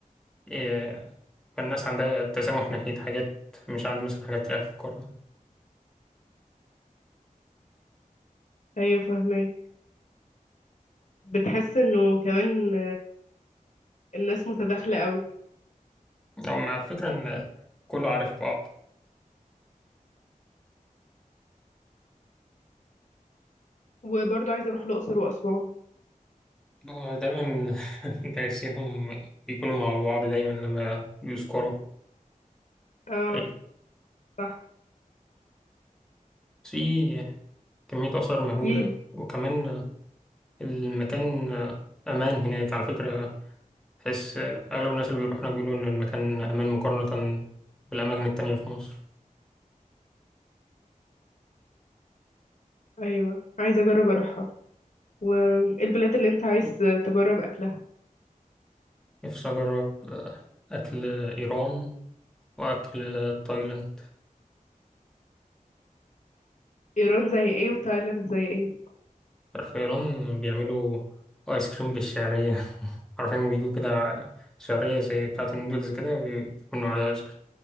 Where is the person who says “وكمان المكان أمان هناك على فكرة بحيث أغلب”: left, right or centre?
Centre